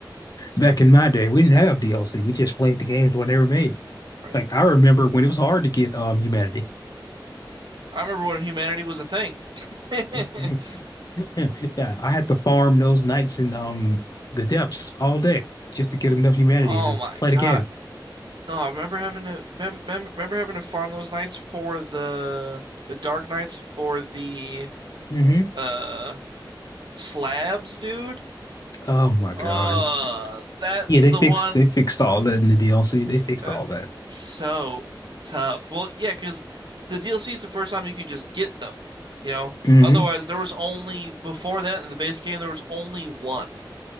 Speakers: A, on the left; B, on the right.
A: Back in my day, we didn't have DLC. We just played the games when they were made.
B: right?
A: Like I remember when it was hard to get um Humanity.
B: I remember when humanity was a thing. <laughs>
A: <laughs> <laughs> Yeah, yeah. I had to farm those nights in um the depths all day just to get enough humanity
B: Oh
A: to
B: my
A: play
B: God.
A: the game.
B: No, I remember having to remember having to farm those nights for the the Dark Knights for the
A: hmm
B: uh slabs, dude.
A: Oh my
B: Uh,
A: God.
B: that's
A: Yeah, they
B: the
A: fixed
B: one
A: they fixed all that in the DLC. They fixed
B: That's
A: all that.
B: so tough. Well, yeah, because the DLC is the first time you can just get them, you know?
A: hmm
B: Otherwise, there was only, before that in the base game, there was only one.